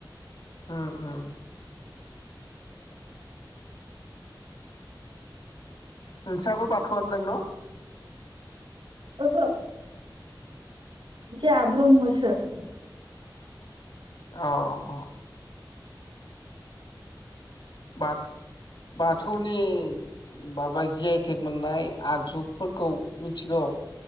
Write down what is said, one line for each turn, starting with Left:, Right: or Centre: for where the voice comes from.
Left: ओम ओम नोंस्राबो बाथौआनो दां न'
Right: ओहो जोंहा ब्रह्मसो <inaudible>
Left: औ औ बार बाथौनि माबा जि आइ टेक मोननाय आगजुफोरखौ मिथिगौ